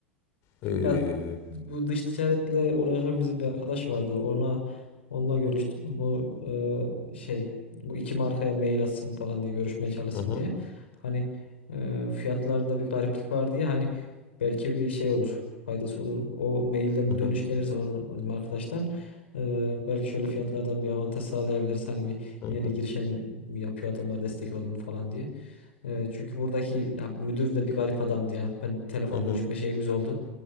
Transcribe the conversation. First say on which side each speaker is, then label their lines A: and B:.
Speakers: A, on the left; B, on the left.
A: Ee,
B: Ya bu dış ticaretle uğraşan bizim bir arkadaş vardı. Ona onunla görüştüm. Bu e, şey bu iki markaya mail atsın falan diye görüşmeye çalışsın
A: hı hı,
B: diye. Hani e, fiyatlarda bir gariplik var diye hani belki bir şey olur. Faydası olur. O mailden
A: hı
B: bir
A: hı,
B: dönüş gelirse onun, bizim arkadaştan e, belki şöyle fiyatlardan bir avantaj sağlayabiliriz. Hani bir
A: hı
B: yeni
A: hı,
B: girişen yapıyor adamlar destek olun falan diye. E, çünkü buradaki ya müdür de bir garip adamdı ya. Ben telefon
A: hı hı.
B: görüşme şeyimiz oldu.